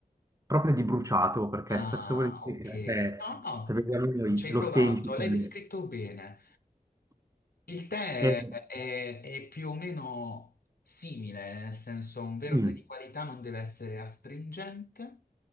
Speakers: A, on the right; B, on the left.
A: proprio di bruciato, perché
B: Ah,
A: spesso e volentieri,
B: ok.
A: Ok. eh,
B: No, no,
A: se vediamo noi,
B: ci hai
A: lo
B: provato,
A: senti.
B: l'hai
A: quindi-
B: descritto bene. Il tè
A: e-
B: è, è più o meno simile, nel senso un vero
A: mm,
B: tè di qualità non deve essere astringente